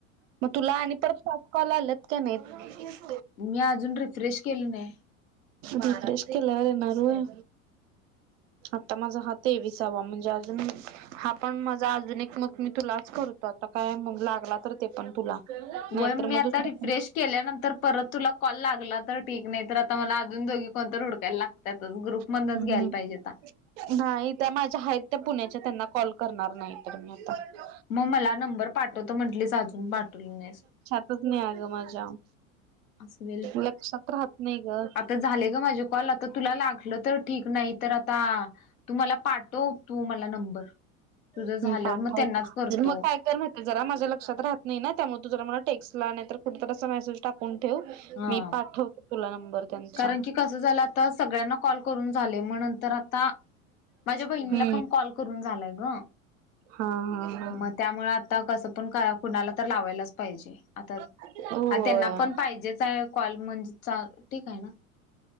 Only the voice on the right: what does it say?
मग तुला आणि परत पाच कॉल आलेत का नाहीत.
रिफ्रेश केल्यावर येणार व्हय, आता माझं तेविसावा म्हणजे अजून- हा पण माझा अजुन एक मग मी तुलाच करतो आता काय मग लागला तर ते पण तुला नाहीतर
मग
दुसरा
कोणी
नाही त्या माझ्या आहेत त्या पुण्याच्या त्यांना कॉल करणार नाही तर मी आता‌.
लक्षात नाही अ ग माझ्या,
लक्षात राहत नाही ग.
<unintelligible>
जर मग काय तर जरा माझ्या लक्षात राहत नाही ना त्यामुळे तु जरा मला टेक्स्ट ला नाही तर कुठ अस मेसेज फोन ठेव
मी पाठवतो तुला नंबर. त्यांचा
हम्म
हा हा
हा होय